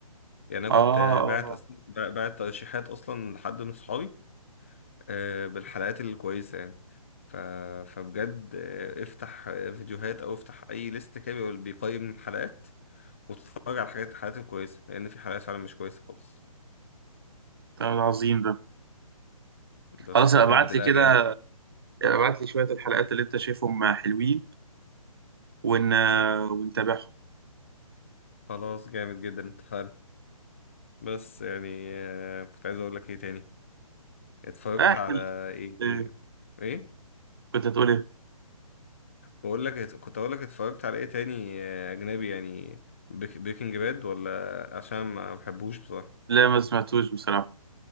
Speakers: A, on the left (about 20°); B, on the right (about 40°).
A: يعني انا
B: اه
A: كنت آه، باعت
B: اه
A: أس- باعت ترشيحات اصلا لحد من صحابي آه، بالحلقات الكويسة يعني ف... فبجد آه، افتح آه، فيديوهات أو افتح أي ليست كده بيقول- بيقيم الحلقات وتتفرج على الحاجات الحلقات الكويسة لأن في حلقات فعلا مش كويسة خالص
B: ده عظيم ده
A: بس
B: خلاص ابقى
A: بجد
B: ابعت
A: لا
B: لي كده
A: جامد
B: ابعت لي شويه الحلقات اللي انت شايفهم حلوين ون... ونتابعهم
A: خلاص جامد جدا اتفقنا بس يعني آه، كنت عايز أقول لك إيه تاني اتفرجت
B: آه احنا
A: على إيه
B: آه،
A: إيه إيه؟
B: كنت هتقول ايه
A: بقول لك ات- كنت أقول لك اتفرجت على إيه تاني آه، أجنبي يعني بريكنج باد ولا عشان ما بحبوش بصراحة
B: لا ما سمعتوش بصراحه